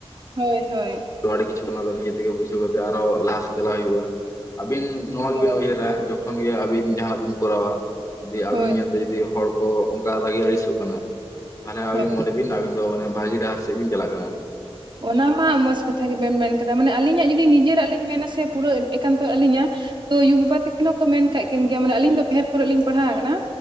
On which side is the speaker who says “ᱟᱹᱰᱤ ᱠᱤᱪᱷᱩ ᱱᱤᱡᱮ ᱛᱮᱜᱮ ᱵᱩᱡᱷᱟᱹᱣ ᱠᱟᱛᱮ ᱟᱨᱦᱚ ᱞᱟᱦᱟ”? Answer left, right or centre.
Left